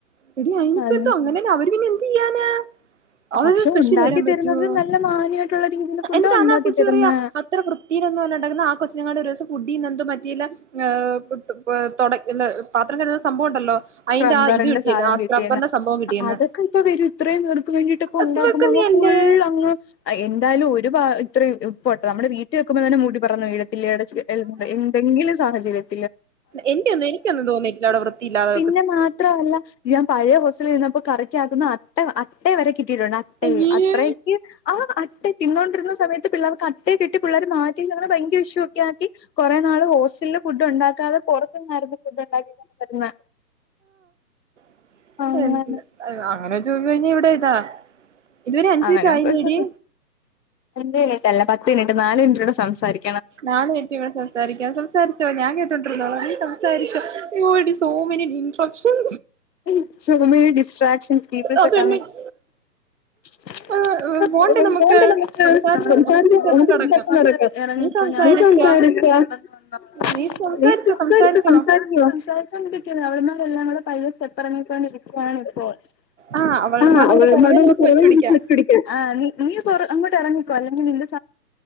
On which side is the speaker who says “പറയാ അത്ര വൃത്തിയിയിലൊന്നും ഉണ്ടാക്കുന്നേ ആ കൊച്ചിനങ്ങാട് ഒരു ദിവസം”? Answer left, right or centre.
Right